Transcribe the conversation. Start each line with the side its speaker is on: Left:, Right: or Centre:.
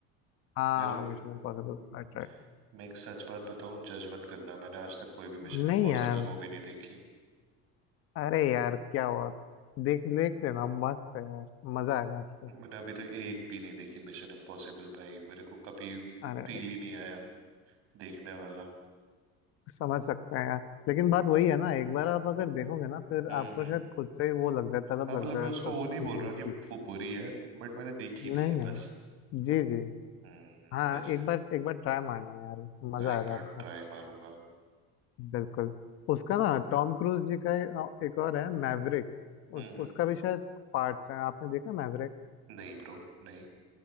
Left: हाँ
Right: यार
Left: मिशन इम्पॉसिबल
Right: म-
Left: Right right
Right: मैं एक सच बात बताऊं जज मत करना मैंने आज तक कोई भी मिशन
Left: नहीं
Right: इम्पॉसिबल
Left: यार
Right: मूवी नहीं देखी
Left: अरे यार क्या हुआ देख देख लेना मस्त है यार मजा आएगा आपको
Right: मैंने अभी तक एक भी नहीं देखी मिशन इम्पॉसिबल भाई मेरे को कभी
Left: अरे
Right: फील ही नहीं आया देखने वाला
Left: समझ सकते हैं लेकिन बात वही है ना एक बार आप अगर देखोगे ना फिर
Right: हम्म
Left: आपको
Right: हम्म
Left: शायद खुद से ही वो लग जाए तलब
Right: हाँ मतलब
Left: लग जाए
Right: मैं उसको वो
Left: उस
Right: नहीं बोल
Left: मूवी
Right: रहा
Left: की
Right: कि वो बुरी है बट मैंने देखी नहीं
Left: नहीं
Right: है
Left: नहीं
Right: बस
Left: जी जी
Right: हम्म
Left: हाँ
Right: वैसे
Left: एक बार एक बार ट्राई मारना यार
Right: हाँ,
Left: मजा
Right: एक
Left: आएगा
Right: बार
Left: आपको
Right: ट्राई मारूंगा
Left: बिल्कुल उसका
Right: अम,
Left: ना टॉम क्रूज जी का अ, एक और है मैवरिक
Right: हम्म
Left: उस उसका भी शायद पार्ट्स हैं आपने देखा मैवरिक
Right: नहीं ब्रो नहीं